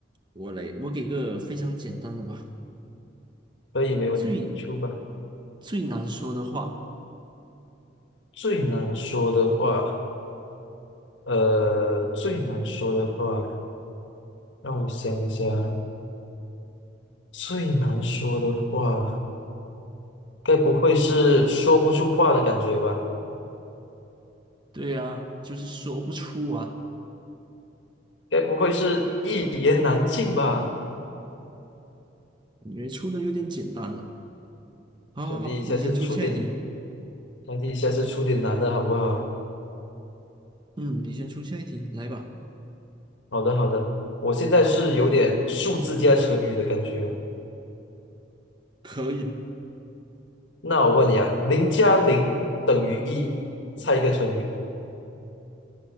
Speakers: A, on the right; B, on the left.
A: 我来，我给个非常简单的吧，
B: 可以，没问题，
A: 最
B: 你出吧。
A: 最难说的话，
B: 最难说的话，呃，最难说的话，让我想一想，最难说的话。该不会是说不出话的感觉吧？
A: 对啊，就是说不出啊，
B: 该不会是一言难尽吧？
A: 感觉出的有点简单了。好好好，
B: 兄弟，下次出点，
A: 你先出下一题。
B: 兄弟，下次出点难的好不好？
A: 嗯，你先出下一题，来吧。
B: 好的，好的。我现在是有点数字加成语的感觉哦。
A: 可以，
B: 那我问你啊，零加零等于一，猜一个成语。